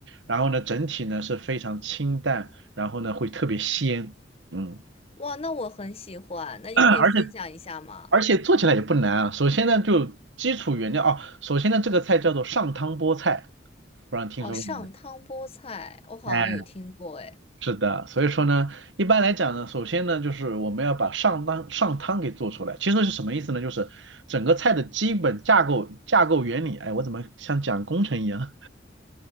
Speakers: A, on the right; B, on the left.
A: 然后呢整体呢是非常清淡，然后呢会特别鲜，嗯，
B: 哇，那我很喜欢，那你可以分享一下吗？
A: <clears throat> 而且而且做起来也不难啊。首先呢就基础原料哦，首先呢这个菜叫做上汤菠菜，不知道你听说过没
B: 哦，上汤菠菜，我好像有听过，
A: 有？是的，所以说呢，一般来讲呢，首先呢，就是我们要把上汤上汤给做出来。其实是什么意思呢？就是整个菜的基本架构架构原理。哎，我怎么像讲工程一样？